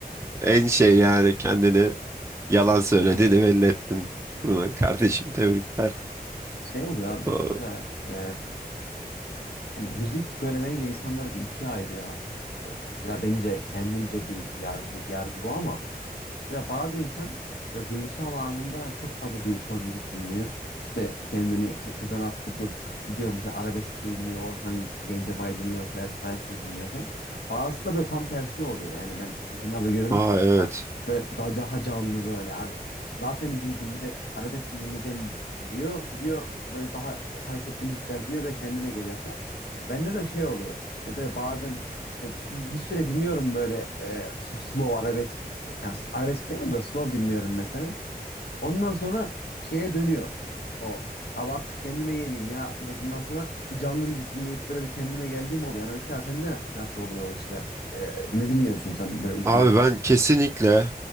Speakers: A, on the right (about 15°); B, on the left (about 80°).
A: en şey yani kendini Yalan söylediğini belli ettin. Buradan kardeşim tebrikler.
B: Şey oluyor abi bak
A: Aa,
B: mesela e, yani müzik böyle bence insanları bir ikiye ayırıyor. E, Mesela bence kendimce bir yargı, yargı bu ama mesela bazı insan böyle duygusal anında çok fazla duygusal müzik dinliyor. İşte kendini Se- Sezen Aksu'dur gidiyor mesela arabesk de dinliyor, Orhan Gencebay dinliyor, Ferdi Tayfur dinliyor falan. Bazısı da böyle tam tersine oluyor. Yani ben insanlarda görüyorum
A: aa, evet.
B: Böyle daha, daha canlı böyle abi. Zaten üzüntüm bir de arabesk mi dinleyeceğim diyor. Gidiyor böyle daha hareketli müzikler dinliyor böyle kendine geliyor falan. Bende de şey oluyor. Yani böyle bazen işte bir, bir süre dinliyorum böyle e, su- slow arabesk. Yani arabesk demiyorum da slow dinliyorum mesela. Ondan sonra şeye dönüyor. O abi artık kendime geleyim ya modundan sonra bir canlı müzik dinleyip böyle bir kendime geldiğim oluyor. Yani mesela sende nasıl oluyor o işler? E, ne dinliyorsun sen böyle üzgün
A: Abi
B: olduğunda?
A: ben kesinlikle